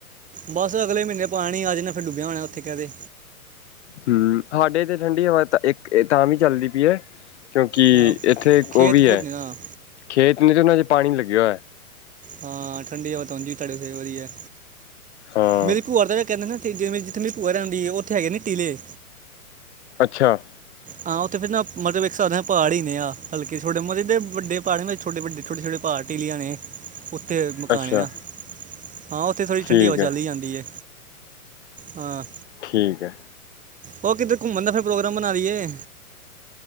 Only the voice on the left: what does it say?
ਹਮ ਸਾਡੇ ਤੇ ਠੰਡੀ ਹਵਾ ਤਾ ਇੱਕ-ਇੱਕ ਤਾਂ ਵੀ ਚੱਲਦੀ ਪਈ ਆ, ਕਿਉਂਕਿ
ਇੱਥੇ ਇੱਕ
ਉਹ ਵੀ
ਐ,
ਖੇਤ ਨੇ ਜਿਨਾ 'ਚ ਪਾਣੀ ਲੱਗੇਆ ਹੋਏਆ।
ਹਾਂ
ਅੱਛਾ।
ਅੱਛਾ
ਠੀਕ
ਹੈ
ਠੀਕ ਐ।